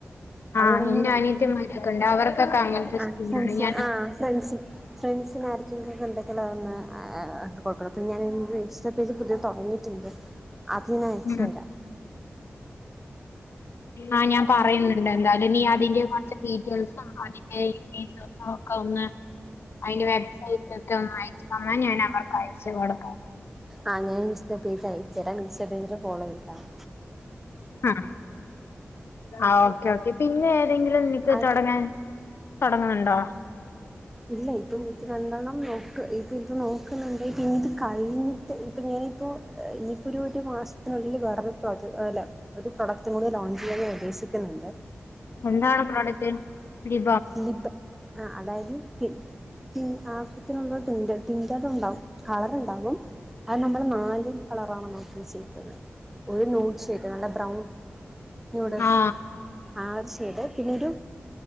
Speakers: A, on the left; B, in the centre.
A: ആ
B: അവിട്ന്ന്
A: എന്റെ അനിയത്തിമാരൊക്കെ ഉണ്ട് അവർക്കൊക്കെ അങ്ങനത്തെ
B: ആ
A: സ്കീമാണ്
B: ഫ്രണ്ട്സ്
A: ഞാൻ
B: ആ ഫ്രണ്ട്സ് ഫ്രണ്ട്സിനാര് ങ്കില്ണ്ടെങ്കി അതൊന്ന് ഏ കൊട്ക്കണം അപ്പം ഞാനിന്ന് ഇൻസ്റ്റാപേജ് പുതിയ തോടങ്ങി തെ അത്ഞയ്ച്ചേരാം
A: ഉം ആ ഞാൻ പറയ്ന്ന്ണ്ട്ന്താലും നീ അതിന്റെ കൊറച്ച് ഡീറ്റെയിൽസും അതിന്റെ <unintelligible> ഓക്കെന്ന് അതിന്റെ വെബ്സൈറ്റൊക്കെ ഒന്നയച്ച്തന്നാ ഞാൻ അവർക്ക് അയച്ച് കൊടുക്കാം
B: ആഹ് ഞാൻ ഇൻസ്റ്റാപേജ് അയച്ചേരാം ഇൻസ്റ്റാപേജില് ഫോളോയ്ത്ട്ടാമ
A: ആ ആ ഓക്കെ ഓക്കെ പിന്നെ ങ്കിലും നിക്ക്
B: അത്
A: തുടങ്ങാൻ തുടങ്ങുന്നുണ്ടോ
B: ഇല്ല ഇപ്പൊ ഇത്തി രണ്ടെണ്ണം നോക്ക് ഇപ്പ ഇത് നോക്കുന്നുണ്ടായിട്ട് ഇനി ഇത് കഴിഞ്ഞിട്ട് ഇപ്പൊ ഞാനിപ്പോ ഇനിയിപ്പോ ഒരു ഒരു മാസ- തിനുള്ളിൽ വേറെ പ്രോജ അല്ലേ ഒരു പ്രൊഡക്റ്റ് ഇത് മൂന്ന് ഓൺ ചെയ്യാൻ ഞാൻ ഉദ്ദേശിക്കുന്നുണ്ട്
A: എന്താണ് പ്രോഡക്റ്റ് ഇ
B: ലിബാ- ആ അതായത് തിൻ തിൻ ആവശ്യത്തിനുള്ള തിൻ് തിന്റെർ ഉണ്ടാവും കളർ ഉണ്ടാകും അത് നമ്മള് നാല് കളറാണെന്നോ നിച്ഛയിക്കുന്ന ഒരു നോട്ട് ചെയ്ത് കാണ്ട് ബ്രൗൺ നോട്
A: ആ
B: ആഷ് ചെയ്തു പിന്നൊരു